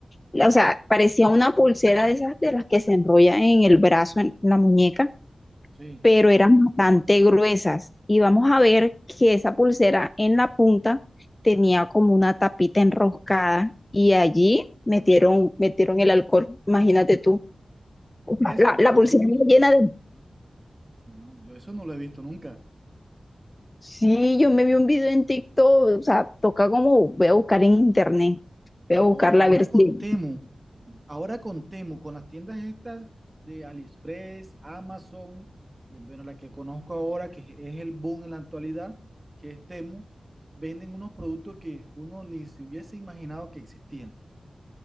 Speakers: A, on the left; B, on the right.
A: la- o sea, parecía una pulsera de esas de las que se enrolla en el brazo, en la muñeca,
B: Sí.
A: pero eran bastante gruesas. Y vamos a ver que esa pulsera en la punta tenía como una tapita enroscada y allí metieron, metieron el alcohol, imagínate tú. O sea,
B: Eso,
A: La, la pulsera
B: yo
A: llena de...
B: No, yo eso no lo he visto nunca.
A: Sí, yo me vi un video en TikTok, o sea, toca como, voy a buscar en internet, voy
B: No,
A: a buscarla
B: y ahora
A: a ver si...
B: con Temu, ahora con Temu, con las tiendas estas de AliExpress, Amazon, de- bueno, la que conozco ahora, que es el boom en la actualidad, que es Temu, venden unos productos que uno ni se hubiese imaginado que existían.